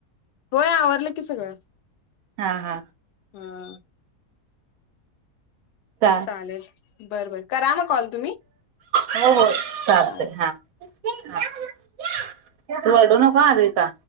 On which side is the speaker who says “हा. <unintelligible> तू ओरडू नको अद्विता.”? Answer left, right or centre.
Right